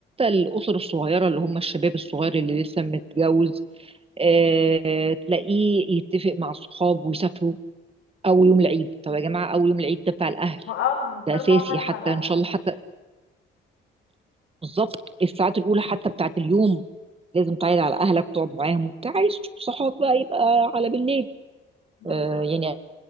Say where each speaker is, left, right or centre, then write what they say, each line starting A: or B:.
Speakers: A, on the right; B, on the left.
A: الاسر الصغيره اللي هم الشباب الصغير اللي لسه متجوز آه تلاقيه يتفق مع الصحاب ويسافروا اول يوم العيد طب يا جماعه اول يوم العيد ده بتاع الاهل
B: ما اه مضطر
A: ده اساسي
B: ان هو فعلا مع
A: حتى
B: الأهل
A: ان شاء الله حتى بالظبط الساعات الاولى حتى بتاعت اليوم لازم تعيد على اهلك وتقعد معاهم وبتاع عايز صحابك بقى يبقى على بالليل
B: بالظبط
A: آه يعني